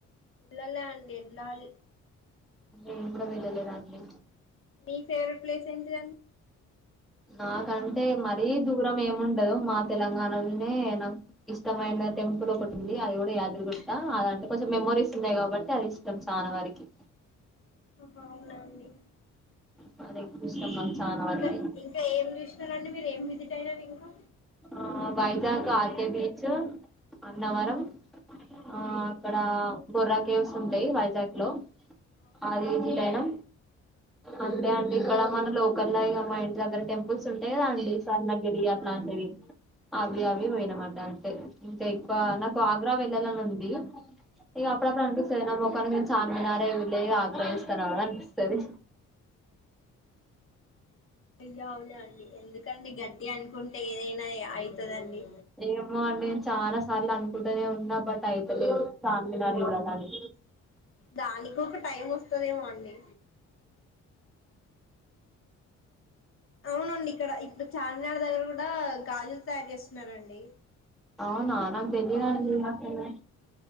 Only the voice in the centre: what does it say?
ఈవిడ వెళ్లలేదా అండి
నాకంటే మరీ దూరం ఏముండదు మా తెలంగాణలోనే నా ఇష్టమైన టెంపుల్ ఒకటి ఉంది అది కూడా యాద్రిగుట్ట అదంటే కొంచెం మెమోరీస్ ఉన్నాయి కాబట్టి అది ఇష్టం చన వారికి
వారకి ఇష్టం నాకు చానావరకి
ఆ వైజాగ్ ఆర్కే బీచ్ అన్నవరం ఆ అక్కడ బొర్రా కేవ్స్ ఉంటాయి వైజాగ్ లో
అది విజిట్ అయినం అంతే అండి ఇక్కడ మన లోకల్ మా ఇంటి దగ్గర టెంపుల్స్ ఉంటాయిండి గిరి అట్లాంటివి
అవి
అవి పోయినామట అంతే ఇంకా ఇక్కు నాకు ఆగ్రా వెళ్ళాలని ఉంది ఇంక అప్పుడప్పుడు
అనిపిస్తుంది ఒకకా నే చార్మినారా లే ఆగ్రా చూస్తానా అనిపి అనిపిస్తది
ఏమో అండి నేను చాలా సార్లు అనుకుంటూనే ఉన్నా బట్ అయితలేదు చార్మినార్ చూడాలని
అవునా నాకు తెలియదండి
అసలు